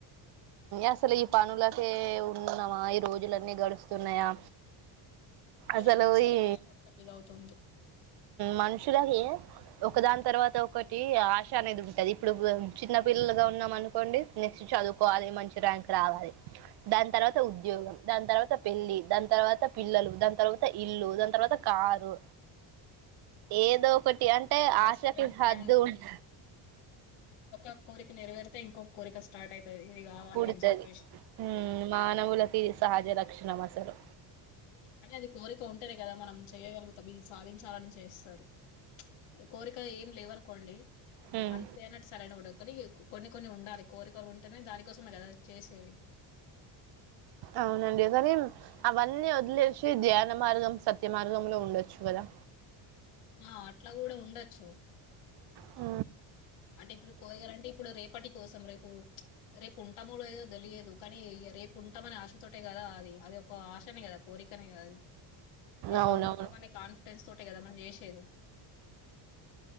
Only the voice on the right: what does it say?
అసలు ఈ పనులకే ఉంన్నామా ఈ రోజులన్నీ గడుస్తున్నాయా
అసలు
ఈ
మనుషులకి ఒక దాని తర్వాత ఒకటి ఆశ అనేది ఉంటది ఇప్పుడు చిన్న పిల్లలుగా ఉన్నాం అనుకోండి నెక్స్ట్ చదువుకోవాలి మంచి ర్యాంక్ రావాలి దాని తర్వాత ఉద్యోగం దాని తర్వాత పెళ్లి దాని తర్వాత పిల్లలు దాని తర్వాత ఇల్లు దాని తర్వాత కారు ఏదో ఒకటి అంటే
ఆశకి
హద్దు
ఉంట
పుడుతది.
హ్మ్. మానవులకి ఇది సహజ లక్షణం అసలు.
హ్మ్.
అవునండి కానీ అవన్నీ వదిలేసి ధ్యాన మార్గం సత్య మార్గంలో ఉండొచ్చు కదా
ఆ
అవునవును